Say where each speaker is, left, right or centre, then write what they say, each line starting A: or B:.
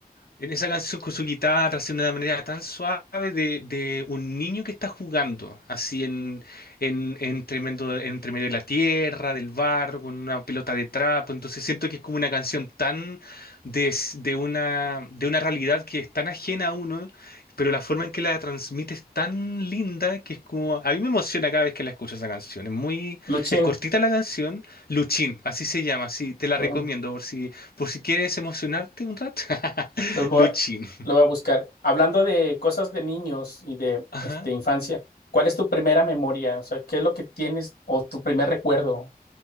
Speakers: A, on the left; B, on the left.
A: En esa canción con su guitarra, haciendo de una manera tan suave de, de un niño que está jugando, así en, en, en tremendo, entre medio de la tierra, del barro, con una pelota de trapo. Entonces siento que es como una canción tan de, s- de una, de una realidad que es tan ajena a uno, pero la forma en que la transmite es tan linda que es como. A mí me emociona cada vez que la escucho esa canción. Es muy.
B: Luchín,
A: Es cortita la canción. Luchín, así se llama, sí, te la
B: eh,
A: recomiendo por si, por si quieres emocionarte un rato. <laughs>
B: Lo voy
A: Luchin.
B: a, lo voy a buscar. Hablando de cosas de niños y de
A: Ajá.
B: este, infancia, ¿cuál es tu primera memoria? O sea, ¿qué es lo que tienes o tu primer recuerdo?